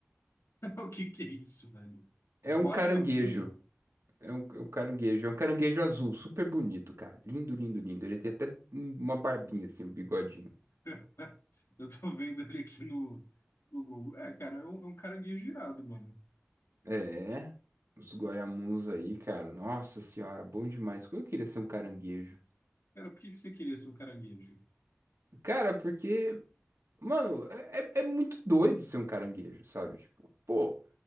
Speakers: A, on the left; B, on the right.
A: <laughs> o que que é isso, velho?
B: É
A: Guaiamum?
B: um caranguejo. É um, é um caranguejo, é um caranguejo azul, super bonito, cara. Lindo, lindo, lindo. Ele tem até um, uma barbinha, assim, um bigodinho.
A: <laughs> Eu tô vendo ele aqui no, no Google. É, cara, é um, é um caranguejo irado, mano.
B: É, os guaiamuns aí, cara. Nossa senhora, bom demais. Como eu queria ser um caranguejo.
A: Cara, por que que você queria ser um caranguejo?
B: Cara, porque, mano, é, é é muito doido ser um caranguejo, sabe? Tipo, pô,